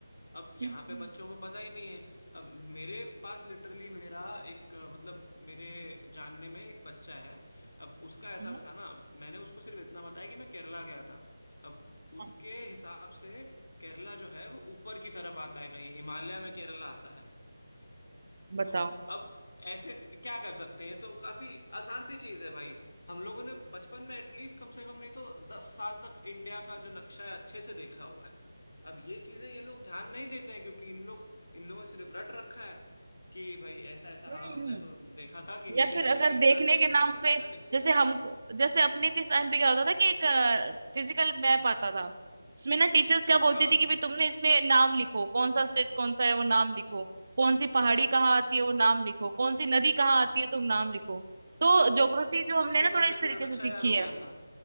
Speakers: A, on the left; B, on the right.
A: अब यहाँ
B: हम्म,
A: पे
B: हम्म,
A: बच्चों
B: हम्म,
A: को पता ही नहीं है अब मेरे पास लिटरली मेरा एक अ, मतलब मेरे जानने में एक बच्चा है अब उसका ऐसा
B: है ना?
A: था ना मैंने उसको सिर्फ इतना बताया कि मैं केरला गया था अब
B: हाँ,
A: उसके हिसाब से केरला जो है वो ऊपर की तरफ आता है कहीं हिमालय में केरला आता है
B: बताओ
A: तो अब ऐसे क्या कर सकते हैं तो काफी आसान सी चीज है भाई हम लोगों ने बचपन में एटलीस्ट कम से कम नहीं तो दस साल तक इंडिया का जो नक्शा है अच्छे से देखा हुआ है अब ये चीजें ये लोग ध्यान नहीं देते हैं क्योंकि इन लोग इन लोगों ने सिर्फ रट रखा है कि भाई ऐसा ऐसा
B: हम्म
A: हाँ हमने
B: हम्म।
A: तो देखा था कि नीचे
B: या फिर
A: नीचे
B: अगर
A: केरला
B: देखने
A: है
B: के
A: हमने
B: नाम
A: केरला
B: पे
A: लिख दिया
B: जैसे हम जैसे अपने के टाइम पे क्या होता था कि एक फिजिकल मैप आता था उसमें ना टीचर्स क्या बोलती
A: हाँ
B: थी कि भाई तुमने इसमें नाम लिखो कौन सा स्टेट कौन सा है वो नाम लिखो कौन सी पहाड़ी कहाँ आती है वो नाम लिखो कौन सी नदी कहाँ आती है तुम नाम लिखो तो ज्योग्राफी जो हमने
A: उसी
B: ना
A: बहाने
B: थोड़ा इस तरीके
A: पूरा नक्शा
B: से सीखी
A: याद हो
B: है
A: गया था